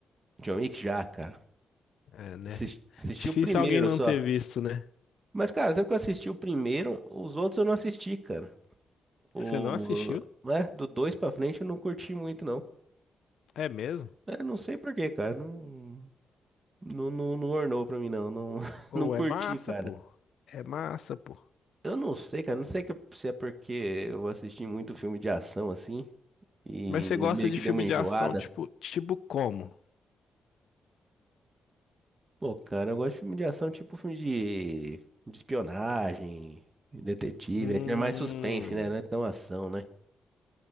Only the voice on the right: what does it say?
John Wick já, cara.
Assisti, assisti
o primeiro
só.
Mas, cara, sempre que eu assisti o primeiro, os outros eu não assisti, cara. O,
né, do dois pra frente eu não curti muito, não.
É, não sei por quê, cara. Não, não, não, não ornou pra mim, não. Não, <laughs>
não curti,
cara.
Eu não sei, cara. Não sei que- se é porque eu assisti muito filme de ação, assim, e
meio
que
deu uma enjoada.
Pô, cara, eu gosto de filme de ação, tipo filme de, de espionagem, detetive.
É mais suspense, né? Não é tão ação, né?